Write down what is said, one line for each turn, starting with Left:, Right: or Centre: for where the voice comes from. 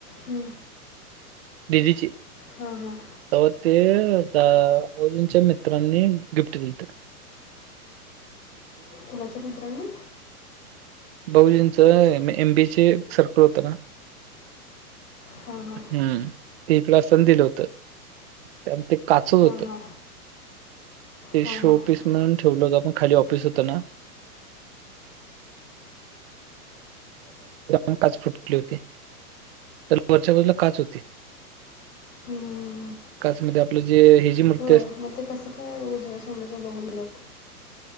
Left: हम्म.
Right: दिदीची तेव्हा
Left: हां हां
Right: ते दाोजींच्या मित्रांनी गिफ्ट दिते.
Left: कुणाच्या मित्रांनी
Right: बहुजींच एमबी चं सर्कल होतं ना.
Left: हा हा.
Right: हम्म. ते इकड सण दिलं होतं त्यामुळे ते काचत होत.
Left: हां हां
Right: ते
Left: हां
Right: शोपीस
Left: हां हं,
Right: म्हणून ठेवलं होत आपण खाली ऑफिस होत ना. म काच फुटली होती. त्याला वरच्या बाजूला काच होते.
Left: हं, हं.
Right: काच मध्ये आपलं जे ह जी मृत्य
Left: होय मग ते कस काय उजव्या समोस बघून दिलात.